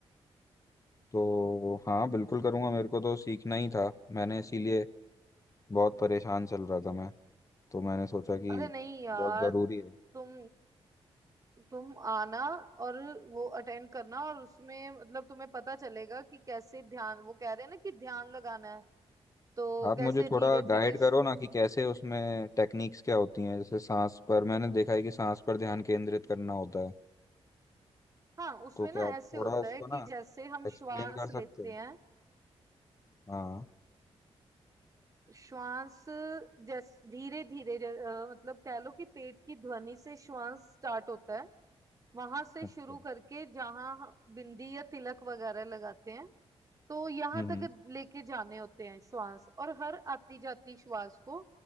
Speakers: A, on the left; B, on the right.
A: तो हाँ बिल्कुल करूँगा मेरे को तो सीखना ही था मैंने इसीलिए बहुत परेशान चल रहा था मैं तो मैंने सोचा कि
B: अरे नहीं यार
A: बहुत ज़रूरी है
B: तुम तुम आना और वो अटेंड करना और उसमें मतलब तुम्हें पता चलेगा कि कैसे ध्यान वो कह रहे हैं ना कि ध्यान लगाना है तो
A: आप
B: कैसे
A: मुझे थोड़ा
B: धीरे
A: गाइड
B: धीरे
A: करो ना कि कैसे उसमें टेक्निक्स क्या होती हैं जैसे सांस पर मैंने देखा है कि सांस पर ध्यान केंद्रित करना होता है
B: हाँ उसमें
A: तो क्या
B: ना
A: आप
B: ऐसे
A: थोड़ा
B: होता
A: उसको
B: है कि
A: ना
B: जैसे हम
A: एक्सप्लेन
B: श्वास
A: कर सकते
B: लेते
A: हो
B: हैं
A: हाँ
B: श्वास जैसे धीरे धीरे मतलब कह लो कि पेट की ध्वनि से श्वास स्टार्ट होता है वहां से
A: अच्छा
B: शुरू करके जहां बिंदी या तिलक वगैरह लगाते हैं तो यहाँ
A: हम्म
B: तक
A: हम्म,
B: लेके जाने होते हैं श्वास और हर आती जाती श्वास को